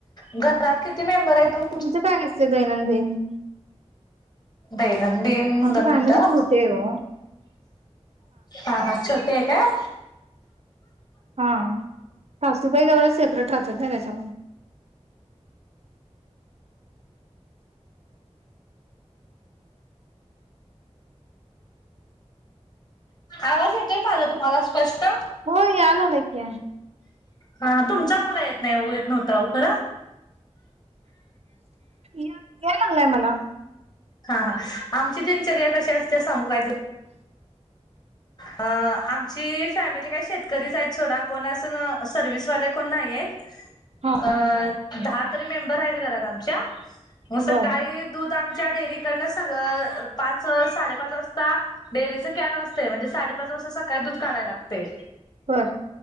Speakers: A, on the left (about 35°); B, on the right (about 65°).
A: घरात किती मेंबर आहेत तुम
B: तुमचं काय असतय दैनंदिन?
A: दैनंदिन
B: आमची
A: दोन
B: फॅमिली
A: मिनिट हं
B: छोटी आहे ओ
A: हा हा छोटि हाय काय
B: हा सासुबाई तेवढं सेपरेट राहतात नै त्याच्यामुळ
A: आवाज येतोय माझा तुम्हाला स्पष्ट?
B: होय यालालाय की
A: हा हा तुमचा मला येत नाही ओ येत नव्हता ओ खरं.
B: या याय लागलंय मला.
A: हा हा आमची दिनचर्या कशी असते सगू काय आमची फॅमिली काय शेतकरीच आहेत सोडा कोण अस सर्विसवाले कोण नाहीयेत.
B: हा
A: अ दहा तरी मेंबर आहेत घरात आमच्या मग सकाळी
B: बर
A: दूध आमच्या डेअरीकडन सगळं पाच साडे पाच वाजता डेअरीच कॅन असतय म्हणजे साडेपाच वाजता सकाळी दूध काढायला लागतय.
B: होय